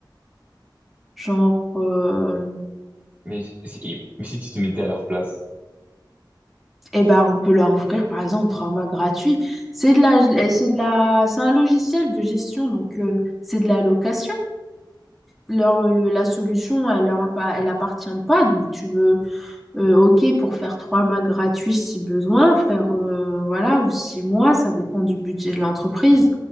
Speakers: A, in the centre; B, on the right.
A: Genre, euh,
B: Mais si, si, mais si tu te mettais à leur place.
A: eh ben, on peut leur offrir par exemple trois mois gratuits. C'est de la, c'est de la, c'est un logiciel de gestion, donc euh, c'est de la location. Leur, le- la solution, elle leur appa- elle appartient pas. Donc tu veux Euh, ok, pour faire trois mois gratuits si besoin, faire euh, voilà, ou six mois, ça dépend du budget de l'entreprise.